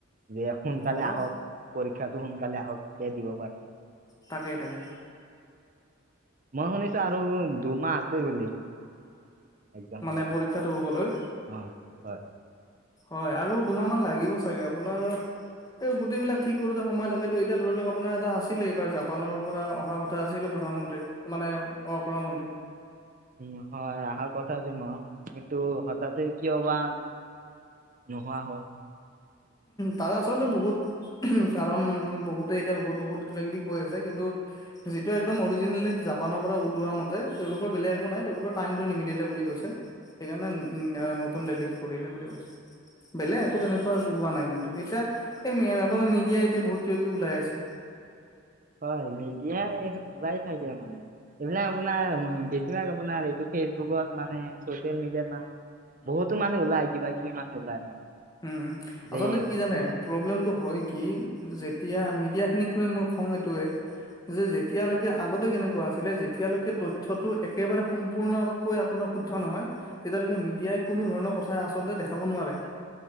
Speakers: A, on the right; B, on the left.
A: যে সোনকালে
B: হ'ব
A: আহক পৰীক্ষাটো সোনকালে আহক তেতিয়া দিব পাৰিমে।
B: তাকে - তাকে।
A: মই শুনিছো আৰু দুমাহ আছে বুলি। এক্সাম
B: মানে
A: হব
B: পৰীক্ষাটো হ'বলৈ
A: অ', হয়।
B: হয় আৰু দুমাহ মান লাগিব চাগে আপোনাৰ। এই গোটেইবিলাক ঠিক কৰোতে সময় লাগেটো। এতিয়া ধৰি লওঁক আপোনাৰ এটা আছিলে এইবাৰ জাপানৰ পৰা অহা কথা আছিলে। প্ৰধানমন্ত্ৰী মানে অ' প্ৰধানমন্ত্ৰী।
A: উম, হয় আহাৰ কথা আছিল নহা শুনিছোঁ। কিন্তু হঠাতে কি অ' বা নোহোৱা হ'ল।
B: তাৰে আচলতে বহুত কাৰণ বহুতে এতিয়া বহুত বহুত কিবা কিবি কৈ আছে। কিন্তু যিটো একদম অৰিজিনেলি জাপানৰ পৰা ওলোৱা মতে তেওঁলোকৰ বেলেগ একো নাই, তেওঁলোকৰ টাইমটো নিমিলিলে বুলি কৈছে। সেইকাৰণে নতুন দেল্লীত কৰিলে বুলি বেলেগ একো তেনেকুৱা ওলোৱা নাই। কিন্তু এতিয়া এই আপোনাৰ মিডিয়াই এতিয়া বহুত কিব কিবি ওলাই আছে।
A: হয়, মেডিয়াই ওলাই থাকে মানে এইবিলাক আপোনাৰ বেছিভাগ আপোনাৰ এইটো ফেচবুকত মানে ছ'চিয়েল মিডিয়াত মানে বহুতো মানে ওলাই কিবা কিবি মানুহ ওলাই মানে।
B: উম,
A: যে
B: আচলতে কি জানে প্ৰব্লেমটো হয় কি যে এতিয়া মিডিয়া খিনিক লৈ মোৰ খং এইটোয়ে যে যেতিয়ালৈকে আগতে কেনেকুৱা আছিলে যেতিয়ালৈকে তথ্যটো একেবাৰে সম্পূৰ্ণকৈ আপোনাৰ শুদ্ধ নহয়। তেতিয়ালৈকে মেডিয়াই কোনো ধৰণৰ কথা আচ আচলতে দেখাব নোৱাৰে।